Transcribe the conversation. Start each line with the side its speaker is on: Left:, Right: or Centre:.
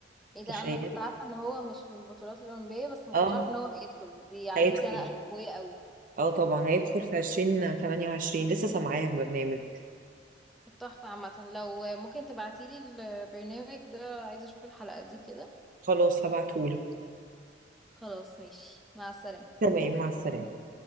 Centre: ايه
Right: تخيلي
Centre: ده انا كنت عارفة ان هو مش من البطولات الأولمبية بس ما
Right: اه
Centre: كنتش عارفة ان هو هيدخل دي على
Right: هيدخل
Centre: فكرة نقلة قوية قوي
Right: اه طبعا هيدخل في عشرين تمانية وعشرين لسه سامعاها في برنامج
Centre: طب تحفة عامة لو ممكن تبعتيلي البرنامج ده عايزة اشوف الحلقة دي كده
Right: خلاص هبعتهولك
Centre: خلاص ماشي مع السلامة
Right: تمام مع السلامة